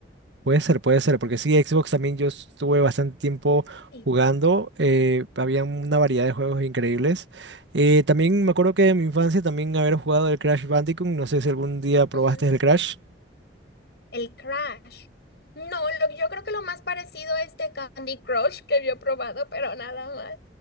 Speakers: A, on the right; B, on the left.
A: Puede ser, puede ser, porque sí, Xbox también yo estuve bastante tiempo
B: Sí.
A: jugando, eh, había una variedad de juegos increíbles. Eh, también me acuerdo que en mi infancia también haber jugado el Crash Bandicoot, no sé si algún día probaste
B: Ujú.
A: el Crash,
B: El Crash. No, lo- yo creo que lo más parecido es este Candy Crush que yo he probado, pero nada más.